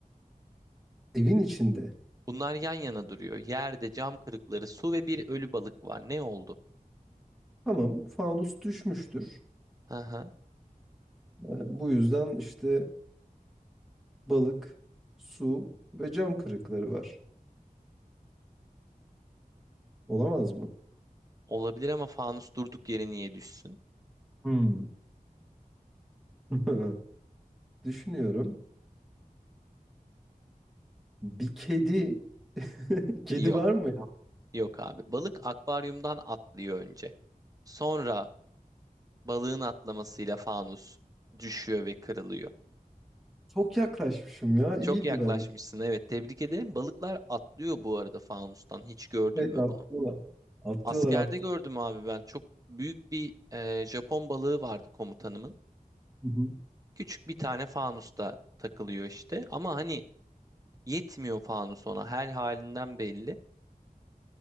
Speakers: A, in the centre; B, on the right (about 25°).
A: evin içinde.
B: Bunlar yan yana duruyor. Yerde cam kırıkları, su ve bir ölü balık var. Ne oldu?
A: Tamam, fanus düşmüştür.
B: Hı hı.
A: E, bu yüzden işte balık, su ve cam kırıkları var. Olamaz mı?
B: Olabilir ama fanus durduk yere niye düşsün?
A: Hmm. <laughs> Düşünüyorum. Bir kedi <laughs> Kedi
B: Yok.
A: var mı ya?
B: Yok abi. Balık akvaryumdan atlıyor önce. Sonra balığın atlamasıyla fanus düşüyor ve kırılıyor.
A: Çok yaklaşmışım ya. İyiydi
B: Çok yaklaşmışsın.
A: bence.
B: Evet, tebrik ederim. Balıklar atlıyor bu arada fanustan. Hiç gördün
A: Evet
B: mü
A: atlıyorlar.
B: bunu?
A: Atlıyorlar
B: Askerde
A: atlıyorlar.
B: gördüm abi ben. Çok büyük bir e, Japon balığı vardı komutanımın.
A: Hı hı.
B: Küçük bir tane fanusta takılıyor işte. Ama hani Yetmiyor fanus ona. Her halinden belli.